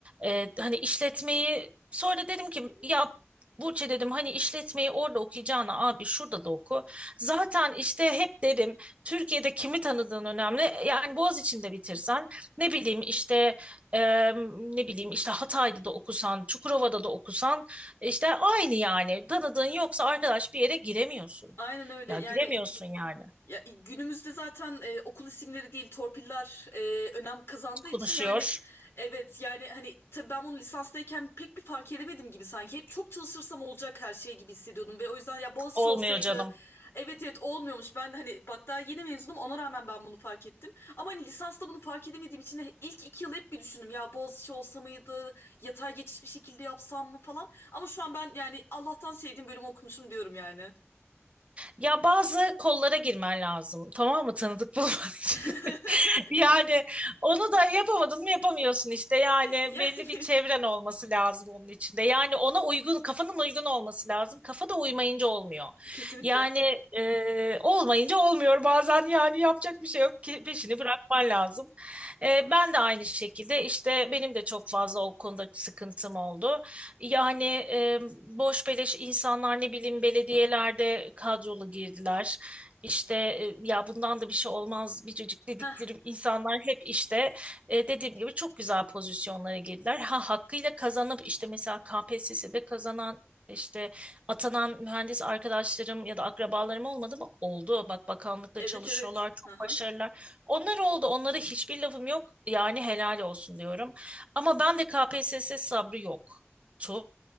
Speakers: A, on the right; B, on the left.
A: E, hani işletmeyi sonra dedim ki ya Burçe dedim hani işletmeyi orada okuyacağına abi şurada da oku. Zaten işte hep dedim Türkiye'de kimi tanıdığın önemli. Yani Boğaziçi'nde bitirsen ne bileyim işte e, ne bileyim işte Hatay'da da okusan, Çukurova'da da okusan işte aynı yani. Tanıdığın yoksa arkadaş bir yere giremiyorsun.
B: Aynen öyle.
A: Ya
B: Yani
A: giremiyorsun yani.
B: Ya e, günümüzde zaten e, okul isimleri değil torpiller e, önem kazandığı
A: Konuşuyor.
B: için yani evet yani hani tabii ben bunu lisanstayken pek bir fark edemedim gibi sanki hep çok çalışırsam olacak her şey gibi hissediyordum ve o yüzden ya Boğaziçi
A: Olmuyor
B: olsaydı
A: canım.
B: evet evet olmuyormuş ben hani bak daha yeni mezunum ona rağmen ben bunu fark ettim ama hani lisansta bunu fark edemediğim için he- ilk iki yıl hep bir düşündüm ya Boğaziçi olsa mıydı yatay geçiş bir şekilde yapsam mı falan ama şu an ben yani Allah'tan sevdiğim bölümü okumuşum diyorum yani
A: Ya bazı kollara girmen lazım. Tamam mı? Tanıdık bulman için.
B: <laughs>
A: <laughs> <laughs> Yani onu da yapamadın mı yapamıyorsun işte. Yani
B: yani
A: belli bir çevren olması lazım onun içinde. Yani ona uygun, kafanın uygun olması lazım. Kafa da uymayınca olmuyor.
B: kesinlikle.
A: Yani e, olmayınca olmuyor bazen yani yapacak bir şey yok ki peşini bırakman lazım. E, ben de aynı şekilde işte benim de çok fazla o konuda sıkıntım oldu. Yani e, boş beleş insanlar ne bileyim belediyelerde kadrolu girdiler işte e, ya bundan da bir şey olmaz biricik dedikleri
B: <laughs>
A: insanlar hep işte e, dediğim gibi çok güzel pozisyonlara girdiler. Ha hakkıyla kazanıp işte mesela KPSS'de kazanan işte atanan mühendis arkadaşlarım ya da akrabalarım olmadı mı? Oldu. Bak bakanlıkta
B: Evet
A: çalışıyorlar,
B: evet.
A: çok
B: Hı hı.
A: başarılılar. Onlar oldu. Onlara hiçbir lafım yok. Yani helal olsun diyorum. Ama ben de KPSS sabrı yoktu.